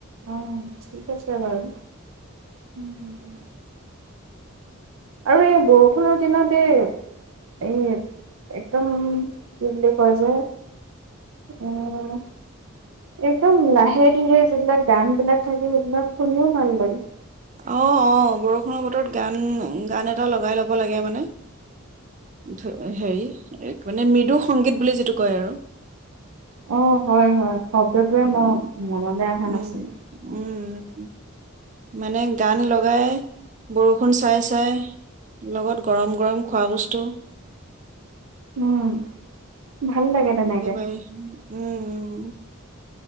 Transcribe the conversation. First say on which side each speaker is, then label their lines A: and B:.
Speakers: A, on the right (about 85°); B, on the right (about 35°).
A: অঁ, ঠিক আছে বাৰু উম হুম। আৰু এই বৰষুণৰ দিনত এই এ - একদম কি বুলি কয় যে, উম একদম লাহে ধীৰে যিবিলাক গান বিলাক থাকে, সেইবিলাক শুনিও ভাল লাগে।
B: অ অ বৰষুণৰ বতৰত, গান, '-গান এটা লগাই ল'ব লাগে মানে। ধ হি মানে মৃদু সংগীত বুলি যিটো কয় আৰু-
A: অ', - হয়- হয় শব্দটোৱে, মই
B: উম
A: মনলৈ অহা
B: উম
A: নাছিল।
B: উম মানে গান লগাই বৰষুণ চাই চাই লগত গৰম গৰম খোৱা বস্তু-
A: উম ভাল লাগে তেনেকে
B: একেবাৰে উম', -উ',